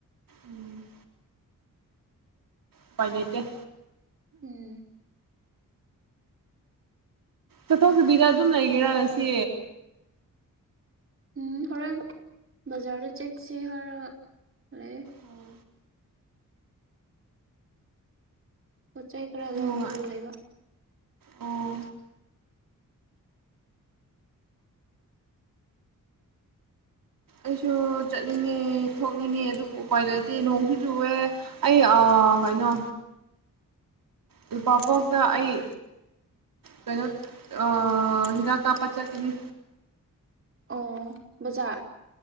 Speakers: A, on the right; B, on the right.
A: ꯎꯝ ꯎꯄꯥꯢ ꯂꯩꯇꯦ
B: ꯎꯝ
A: ꯆꯠꯊꯣꯛꯇꯕꯤꯗ ꯑꯗꯨꯝ ꯂꯩꯔꯤꯔꯥ ꯉꯁꯤ
B: ꯎꯝ ꯍꯣꯔꯦꯟ ꯕꯖꯥꯔꯗ ꯆꯠꯁꯤ ꯍꯥꯏꯔꯒ ꯂꯩꯌꯦ
A: ꯑꯣ
B: ꯄꯣꯠ ꯆꯩ ꯈꯔ ꯂꯧꯅꯤꯡꯕ
A: ꯅꯨꯡꯉꯥꯏ
B: ꯂꯩꯕ
A: ꯑꯣ ꯑꯩꯁꯨ ꯆꯠꯅꯤꯡꯉꯦ ꯊꯣꯛꯅꯤꯡꯉꯦ ꯑꯗꯨꯕꯨ ꯎꯄꯥꯏ ꯂꯩꯇꯦ ꯅꯣꯡꯁꯨ ꯆꯨꯋꯦ ꯑꯩ ꯑ ꯀꯩꯅꯣ ꯂꯨꯄꯥ <unintelligible> ꯑꯩ ꯀꯩꯅꯣ ꯑꯥ ꯍꯤꯗꯥꯛ ꯀꯥꯞꯄ ꯆꯠꯀꯅꯤ
B: ꯑꯣ ꯕꯖꯥꯔ